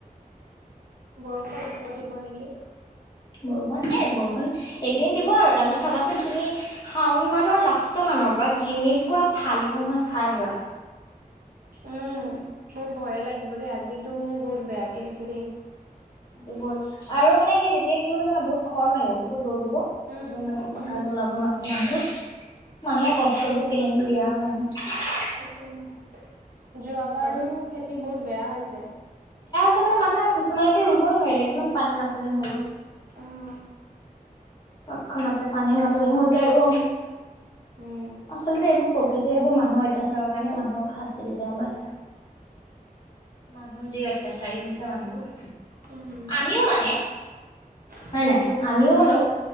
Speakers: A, on the right; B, on the left.
A: বৰষুণ আকৌ দিব নেকি?
B: বৰষুণ এ বৰষুণ এইকেইদিন দিব আৰু তাৰপিছত চাবাচোন তুমি শাওঁন মানৰ লাষ্ট মানৰ পৰা কেনেকুৱা ফালিব নহয় চাই থাকা।
A: উম, বহুত ভয়েই লাগিব দেই আজিতো বহুত বেয়াকে দিছে দেই।
B: এই বোৰত আৰু মানে সেই তেতিয়া কি হ'ব জানা বহুত খৰ মাৰিব বহুত। ৰ'দ হ'ব
A: উম,
B: একদম মানে পথাৰলৈ
A: উম, উম,
B: ওলাব নোৱাৰাকে মানুহ মানুহে কষ্ট প্ৰভু
A: যোৱা
B: কেলেইনো দিয়া আৰু জানো। হয় <unintelligible>
A: তাকে ন। যোৱাবাৰতো
B: হয় দেই
A: খেতি বহুত বেয়া হৈছে।
B: তেনেকে মানুহক কিছুমানেতো ৰুবই নোৱাৰিলে। কিমান পানী নাতনি হৈ গ'ল।
A: অঁ
B: তৎক্ষণাতে পানী নাটনি হৈ যায় অ'।
A: হু'
B: আচলতে এইবোৰ প্ৰকৃতিয়ে এইবোৰ মানুহৰ অত্যাচাৰৰ কাৰণে মানুহক শাস্তি দিছে গ'ম পাইছা। মানুহ যি অত্যাচাৰী হৈছে মানুহবোৰ
A: উম,
B: আমিওঁ মানে
A: তাকেই
B: হয় নাই
A: অ'
B: আমিও হলো